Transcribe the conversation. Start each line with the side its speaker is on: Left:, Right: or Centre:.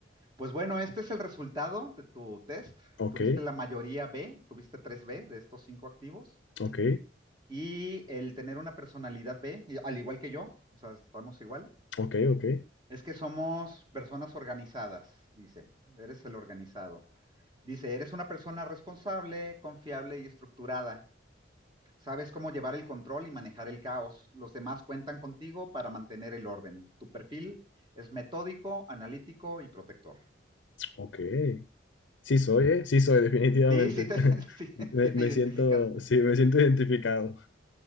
Right: Pues bueno, este es el resultado de tu test.
Left: Ok,
Right: Tuviste la mayoría B, tuviste tres b de estos cinco activos
Left: ok,
Right: y el tener una personalidad B, y- al igual que yo, o sea, estamos igual,
Left: ok, ok,
Right: es que somos personas organizadas, dice, eres el organizado. Dice, eres una persona responsable, confiable y estructurada. Sabes cómo llevar el control y manejar el caos. Los demás cuentan contigo para mantener el orden. Tu perfil es metódico, analítico y protector.
Left: ok. Sí soy, ¿eh? Sí soy, definitivamente.
Right: Sí, sí te,
Left: <laughs>
Right: <laughs> sí,
Left: Me,
Right: sí te
Left: me
Right: identificaste.
Left: siento, sí, me siento identificado.